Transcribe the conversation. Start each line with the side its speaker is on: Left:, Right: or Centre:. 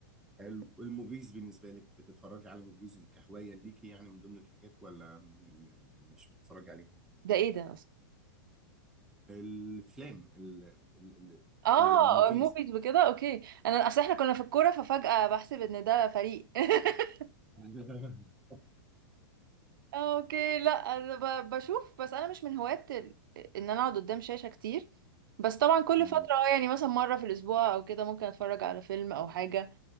Centre: ال- الموفيز بالنسبه لك بتتفرجي على موفيز الكهوايه ليكي يعني من ضمن الحاجات ولا م- م- مش بتتفرجي عليها
Right: ده ايه ده اصلا
Centre: الافلام ال- ال- ال-
Right: اه
Centre: الموفيز
Right: الموفيز وكده اوكي انا اصل احنا كنا في الكوره ففجأة بحسب ان ده فريق <laughs>
Centre: <laughs>
Right: آه، اوكي لا انا ب- بشوف بس انا مش من هواة ال- ان انا اقعد قدام شاشة كتير بس طبعا كل
Centre: امم
Right: فترة اه يعني مثلا مرة في الاسبوع او كده ممكن اتفرج على فيلم او حاجة